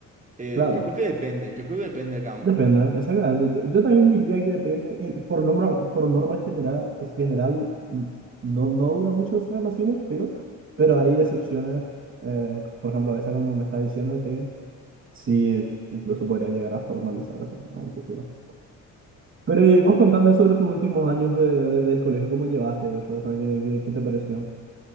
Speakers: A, on the right (about 25°); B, on the right (about 45°).
A: eh,
B: Claro,
A: yo creo que depende, yo creo que depende de cada
B: depende,
A: uno.
B: exactamente. Yo, yo también diría que depende, eh, por norma, por norma general, general mm, no, no dura mucho esas relaciones, pero, pero hay excepciones, eh, por ejemplo, esa como me está diciendo que sí, incluso podría llegar a formalizar a un futuro. Pero y vos contame sobre tus últimos años de, de- del colegio, ¿cómo llevaste eso? O sea, ¿qué, qué, qué te pareció?